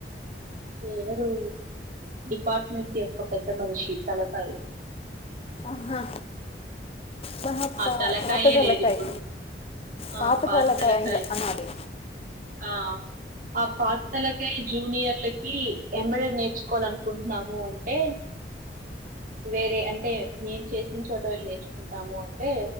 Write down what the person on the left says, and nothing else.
ఆహా ప
పాత తలకాయ్
పాత తలకాయ్
అనలి